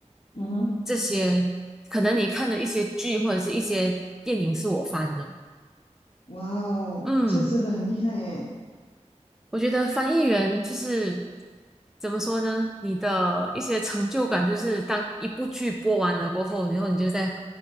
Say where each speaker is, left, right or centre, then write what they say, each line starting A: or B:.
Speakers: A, on the left; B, in the centre.
A: 嗯哼，
B: 这些，可能你看的一些剧或者是一些电影是我翻的。
A: 哇哦，
B: 嗯，
A: 这真的很厉害耶。
B: 我觉得翻译员就是怎么说呢？你的一些成就感就是当一部剧播完了过后，然后你就在